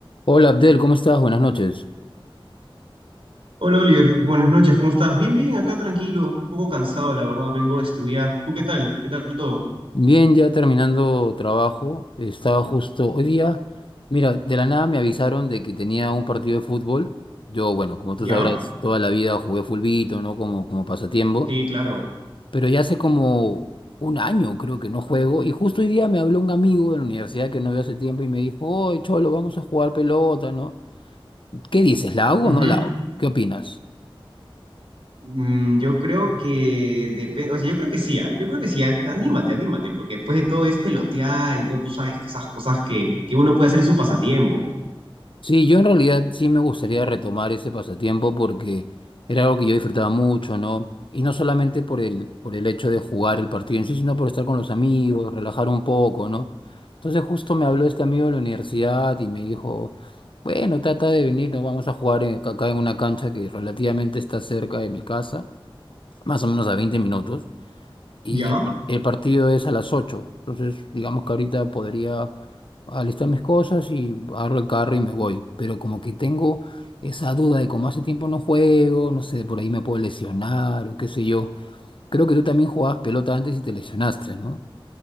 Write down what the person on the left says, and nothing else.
Hola Abdel, ¿cómo estás? Buenas noches.
Bien, ya terminando trabajo. Estaba justo hoy día. Mira, de la nada me avisaron de que tenía un partido de fútbol. Yo, bueno, como tú
sabrás, toda la vida jugué fulbito, ¿no? Como, como pasatiempo.
Pero ya hace como un año creo que no juego. Y justo hoy día me habló un amigo de la universidad que no veo hace tiempo y me dijo, oye, Cholo, vamos a jugar pelota, ¿no? ¿Qué dices? ¿La hago
o no la hago? ¿Qué opinas?
Sí, yo en realidad sí me gustaría retomar ese pasatiempo porque era algo que yo disfrutaba mucho, ¿no? Y no solamente por el, por el hecho de jugar el partido en sí, sino por estar con los amigos, relajar un poco, ¿no? Entonces justo me habló este amigo de la universidad y me dijo, bueno, trata de venir, nos vamos a jugar en- acá en una cancha que relativamente está cerca de mi casa, más o menos a 20 minutos. Y
el el partido es a las ocho Entonces, digamos que ahorita podría alistar mis cosas y agarro el carro y me voy. Pero como que tengo esa duda de como hace tiempo no juego, no sé, por ahí me puedo lesionar o qué sé yo. Creo que tú también jugabas pelota antes y te lesionaste, ¿no?